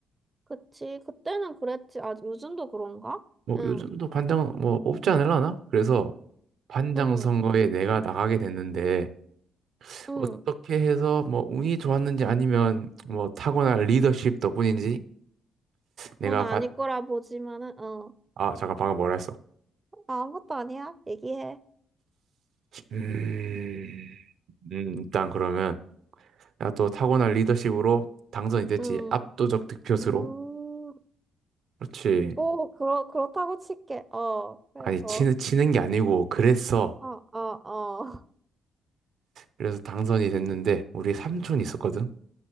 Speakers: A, on the right; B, on the right.
A: 그치. 그때는 그랬지. 아, 요즘도 그런가?
B: 뭐
A: 응,
B: 요즘도 반장 뭐 뽑지 않을라나? 그래서 반장
A: 응,
B: 선거에 내가 나가게 됐는데,
A: 응.
B: 어떻게 해서 뭐 운이 좋았는지 아니면 뭐 타고난 리더십 덕분인지 내가
A: 너는 아닐 거라 보지만은, 어.
B: 아, 잠깐 방금 뭐라 했어?
A: 아, 아무것도 아니야. 얘기해.
B: 음, 음, 일단 그러면 내가 또 타고난 리더십으로 당선이 됐지.
A: 응,
B: 압도적 득표수로.
A: 음,
B: 그렇지.
A: 뭐, 그렇, 그렇다고 칠게. 어, 그래서,
B: 아니, 치는, 치는 게 아니고 그랬어.
A: 어, 어, 어. <laughs>
B: 그래서 당선이 됐는데 우리 삼촌이 있었거든.